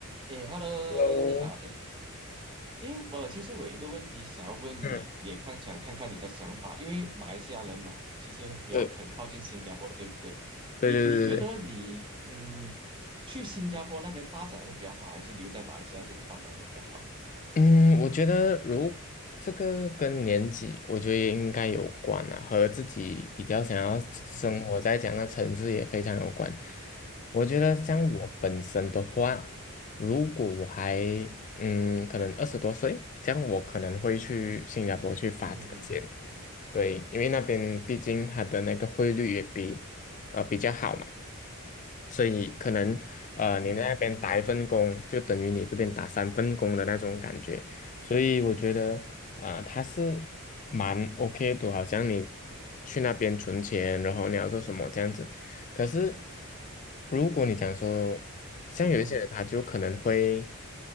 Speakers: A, on the right; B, on the left.
A: 哎，Hello，
B: 喽，
A: 你好。哎，因为我其实我有一个问题想要问你，
B: 嗯，
A: 也看想看看你的想法，因为马来西亚人嘛，其实比较很靠近新加坡，
B: 对，
A: 对不对？
B: 对对对对对，
A: 你你觉得你嗯，去新加坡那边发展会比较好，还是留在马来西亚这里发展会比较好？
B: 嗯，我觉得如这个跟年纪，我觉得也应该有关啊，和自己比较想要生活在这样的城市也非常有关。
A: 嗯哼，
B: 我觉得像我本身的话，
A: 嗯
B: 如果我还嗯，可能二十多岁，这样我可能会去新加坡去发展先。
A: 嗯嗯
B: 对，因为那边毕竟它的那个汇率也比呃比较好嘛，所以可能呃你那边打一份工，
A: 嗯
B: 就等于你这边打三份工的那种感觉，所以我觉得啊、它是蛮 OK 的，好像你去那边存钱，然后你要做什么这样子。可是如果你讲说，像有一些人他就可能会
A: 嗯嗯